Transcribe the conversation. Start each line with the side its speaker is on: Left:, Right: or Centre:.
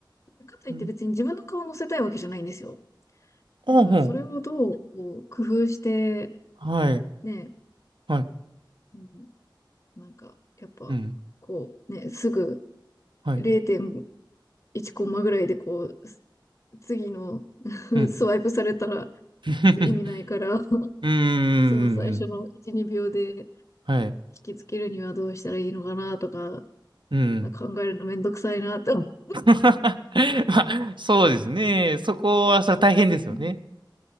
Left: かといって別に自分の顔を乗せたいわけじゃないんですよ。
Right: うん。ああ、
Left: だからそれをどう、
Right: ほん。
Left: こう、工夫して、
Right: はい。
Left: ね、
Right: はい。
Left: うん、なんか、やっぱ、
Right: うん。
Left: こう、ね、すぐ
Right: はい。
Left: 0.1コンマぐらいで、こう、す次の <laughs>
Right: うん。
Left: スワイプされたら
Right: <laughs>
Left: 意味ないから、<laughs>
Right: うんうんうんうん。
Left: その最初の1、2秒で
Right: はい。
Left: 引きつけるにはどうしたらいいのかなとか、
Right: うん。
Left: 考えるのめんどくさいなって思
Right: <laughs> まあ、そうですね。そこはそれは大変ですよね。
Left: う。うん